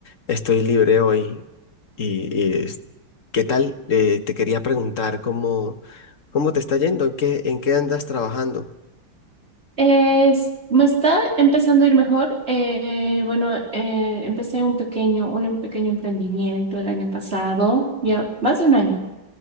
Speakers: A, on the left; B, on the right.
A: estoy libre hoy. Y, y, es- ¿qué tal? Eh, te quería preguntar cómo, cómo te está yendo, en qué, en qué andas trabajando.
B: Es- me está empezando a ir mejor. Eh, bueno, eh, empecé un pequeño, un pequeño emprendimiento el año pasado, ya más de un año.